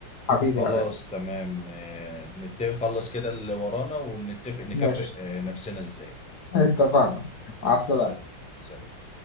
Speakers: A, on the left; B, in the centre.
A: حبيبي
B: خلاص
A: يا غالي
B: تمام آه نتفق خلص كده اللي ورانا ونتفق نكافئ
A: ماشي
B: آه نفسنا ازاي
A: اتفقنا
B: ماشي
A: على السلامة
B: سلام سلام